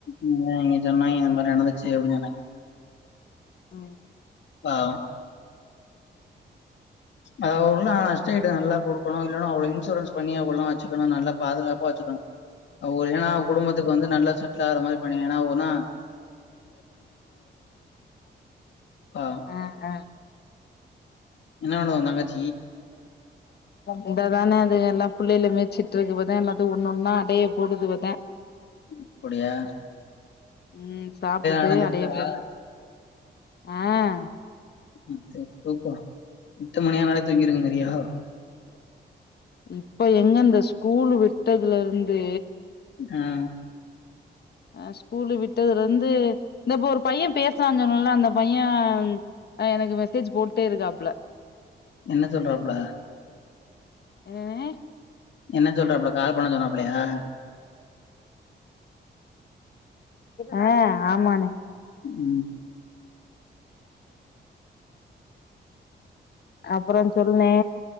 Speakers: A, on the left; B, on the left.
A: இங்க அவங்க சொன்னாங்க இந்த மாரி நடந்துச்சு அப்டினு சொன்னாங்க
B: ம்
A: ஆஹ் அத உள்ள நஷ்ட ஈடு நல்லா கொடுக்கணும் இல்லன்னா அவ்ளோ இன்சூரன்ஸ் பண்ணி அவ்வல்லாம் வச்சிக்கிணும் நல்லா பாதுகாப் ப வச்சிகனும் அவங்க ஏன்னா குடும்பத்துக்கு வந்து நல்லா செட்லாகற மாரி பண்ணிறனும் ஏன்னா ஒன்னா பாவோ
B: ஆஹ் ஆஹ்
A: என்ன வேணும் ஒன் தங்கச்சி
B: இங்கே தானே அது எல்லாம் புள்ளையில மேய்ச்சுட்டு இருக்கு இப்பதான் எல்லாத்துக்கு ஒன்னு ஒன்னா அடைய போடுதுவதான்
A: அப்படியா
B: உம் சாப்பிட்டுட்டு
A: அடஞ்சிருச்சாடா
B: அடைய போடும் ஆஹ்
A: ம் தூ தூக்கம் பத்து மணி ஆனாலே தூங்கிருவங்கிறியோ
B: இப்ப எங்க இந்த ஸ்கூல்லு விட்டதுல இருந்து
A: ஆஹ்
B: ஆஹ் ஸ்கூலு விட்டதுல இருந்து இந்தப்ப ஒரு பையன் பேசுறான்னு சொன்னேனல்ல அந்த பையன் எனக்கு மெசேஜ் போட்டே இருக்காப்ல
A: என்ன சொல்றாப்ல
B: ம்ம்ம்ம்
A: என்ன சொல்றாப்பல கால் பண்ண சொன்னாப்பலையா
B: ஆஹ் ஆமாண்ணே
A: ம்
B: அப்புறம் சொல்ணே